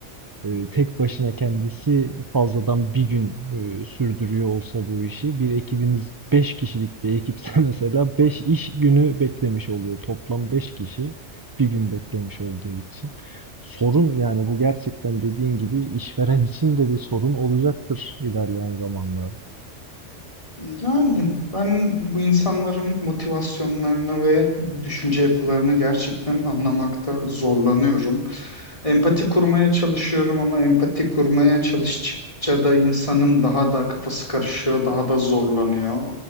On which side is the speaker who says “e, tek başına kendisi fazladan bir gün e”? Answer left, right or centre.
Right